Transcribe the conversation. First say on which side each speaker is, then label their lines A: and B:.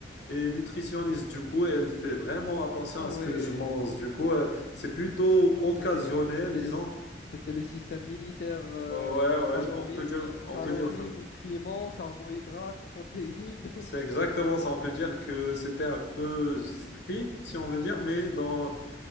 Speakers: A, on the left; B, on the left.
A: est nutritionniste. Du coup, elle fait vraiment attention
B: Ah
A: à ce
B: ouais,
A: que je mange. Du coup, euh, c'est plutôt
B: Ah,
A: occasionnel,
B: c'était, c'était
A: disons.
B: le, sy- c'était le système militaire, euh,
A: Euh, ouais,
B: calories,
A: ouais, je peux- on peut dire, on
B: calories,
A: peut dire ça.
B: nutriments, carbohydrates, protéines. <laughs>
A: C'est exactement ça. On peut dire que c'était un peu strict, si on veut dire, mais dans,